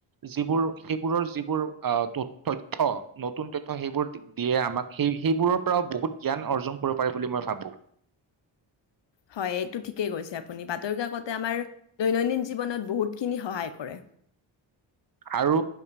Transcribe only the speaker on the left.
হয় এইটো ঠিকেই গৈছে আপুনি বাত বাতৰি কাকতে আমাৰ দৈনন্দিন জীৱনত বহুতখিনি সহায় কৰে